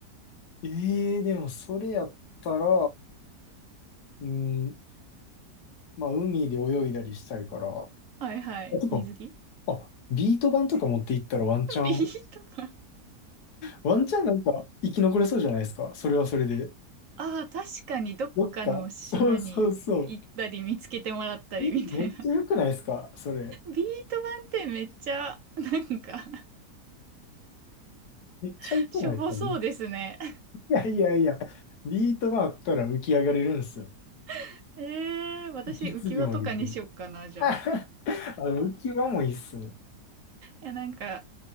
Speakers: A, on the left; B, on the right.
A: ええでもそれやったら、うん、まあ、海で泳いだりしたいから。
B: はいはい。
A: あ、てか、
B: 水着
A: あ、ビート板とか持っていったらワンチャン、
B: <laughs> ビー玉。
A: ワンチャンなんか生き残れそうじゃないですか、それはそれで。
B: ああ、確かにどっかの島に行ったり見つけてもらったりみたいな。
A: どっか、そうそうそう。え、めっちゃ良くないですか、
B: <laughs>
A: それ。
B: ビート板ってめっちゃ、なんか
A: めっちゃ良くないですか、
B: <laughs>、しょぼそうですね。
A: いやいやいや、ビートがあったら浮き上がれるんですよ。
B: <laughs> えー、私浮き輪とかにしよっかな、
A: 息継ぎもできる。<laughs>
B: じゃあ。
A: あの、浮き輪もいいっすね。
B: いや、なんか、